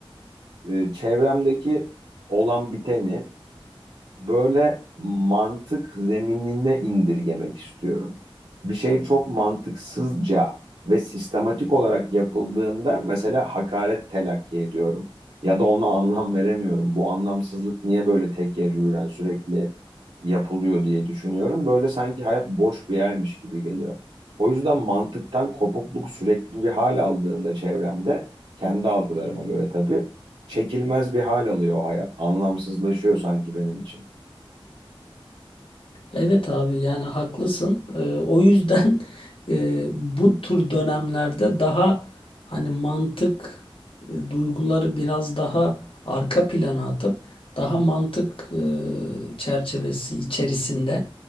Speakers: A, on the right; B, on the left.
A: Ee, çevremdeki olan biteni böyle mantık zeminine indirgemek istiyorum. Bir şey çok mantıksızca ve sistematik olarak yapıldığında mesela hakaret telakki ediyorum. Ya da ona anlam veremiyorum. Bu anlamsızlık niye böyle tekerrüren sürekli yapılıyor diye düşünüyorum. Böyle sanki hayat boş bir yermiş gibi geliyor. O yüzden mantıktan kopukluk sürekli bir hal aldığında çevremde, kendi algılarıma göre tabii, çekilmez bir hal alıyor hayat. Anlamsızlaşıyor sanki benim için.
B: Evet abi yani haklısın. Ee, o yüzden <laughs> e, bu tür dönemlerde daha hani mantık e, duyguları biraz daha arka plana atıp daha mantık e, çerçevesi içerisinde